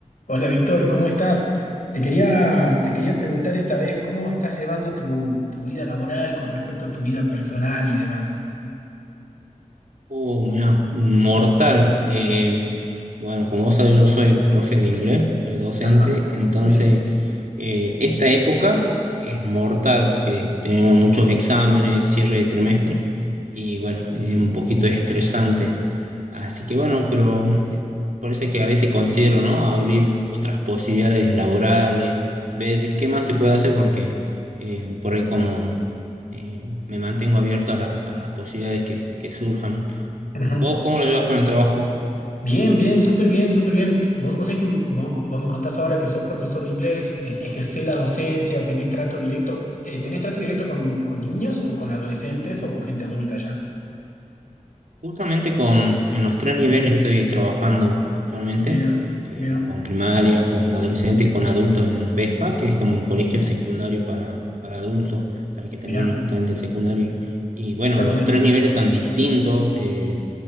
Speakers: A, on the left; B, on the right.
A: Hola Víctor, ¿cómo estás? Te quería, te quería preguntar esta vez cómo estás llevando tu, tu vida laboral con respecto a tu vida personal y demás.
B: Oh, mira, mortal. Eh, bueno, como vos sabés, yo soy profe de inglés, soy docente,
A: Ajá,
B: entonces
A: bien.
B: eh, esta época es mortal porque tenemos muchos exámenes, cierre de trimestre y bueno, es un poquito estresante. Así que bueno, pero eh, por eso es que a veces considero, ¿no? Abrir otras posibilidades laborales, ver qué más se puede hacer porque eh, por ahí como eh, me mantengo abierto a, la- a las posibilidades que que surjan.
A: Ajá.
B: ¿Vos cómo lo llevas con el trabajo?
A: Bien, bien, súper bien, súper bien. Vos, vos sabés que vos, vos me contás ahora que sos profesor de inglés, eh, ejercés la docencia, tenés trato directo, eh, ¿tenés trato directo con, con niños o con adolescentes o con gente adulta ya?
B: Justamente con, en los tres niveles estoy trabajando actualmente,
A: Mira,
B: eh,
A: mira,
B: con primaria, con adolescente y con adultos en VESPA, que es como un colegio secundario para, para adultos, para que terminen
A: mira,
B: justamente el secundario. Y bueno,
A: está
B: los
A: bueno.
B: tres niveles son distintos, eh,